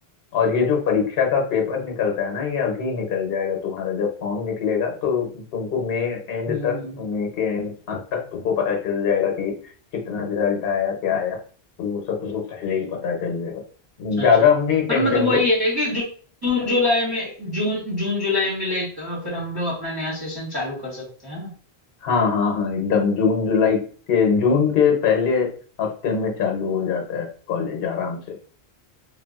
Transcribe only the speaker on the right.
हम्म
हम्म,
हम्म,
अच्छा
अच्छा
पर मतलब वही
है कि जू- जून जुलाई में जून जून जुलाई में लाइक फिर हम लोग अपना नया सेशन चालू कर सकते हैं ना